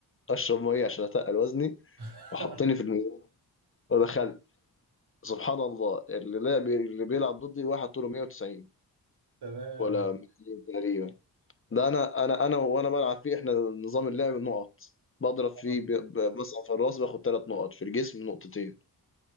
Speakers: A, on the left (about 35°); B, on the right (about 85°).
A: اشرب ميه عشان اتقل وزني
B: <laughs>
A: وحطني في الميزان ودخلت سبحان الله اللي لعب اللي بيلعب ضدي واحد طوله 190
B: تمام
A: ولا 200 تقريبا ده انا انا انا وانا بلعب فيه احنا نظام اللعب نقط بضرب فيه
B: اه
A: ب... ب... مثلا في الراس باخد ثلاث نقط في الجسم نقطتين